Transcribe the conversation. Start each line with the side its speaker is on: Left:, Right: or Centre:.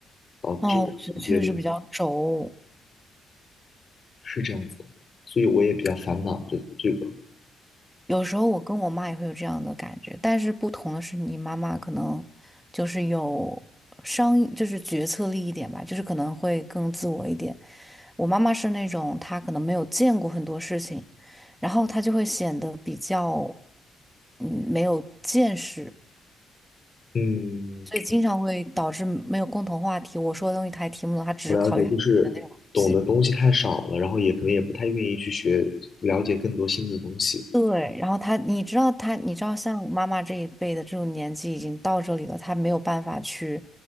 Left: 导致一些东西
Centre: 哦，我觉得确实比较轴。
Left: 是这样子的，所以我也比较烦恼这这个
Centre: 有时候我跟我妈也会有这样的感觉，但是不同的是，你妈妈可能就是有商，就是决策力一点吧，就是可能会更自我一点。我妈妈是那种她可能没有见过很多事情，然后她就会显得比较，嗯，没有见识，
Left: 嗯。
Centre: 所以经常会导致没有共同话题。我说的东西她也听不懂，她只是考虑她自己的那种东西。
Left: 我了解，就是懂的东西太少了，然后也可能也不太愿意去学，了解更多新的东西。
Centre: 对，然后她，你知道她，你知道像妈妈这一辈的这种年纪已经到这里了，她没有办法去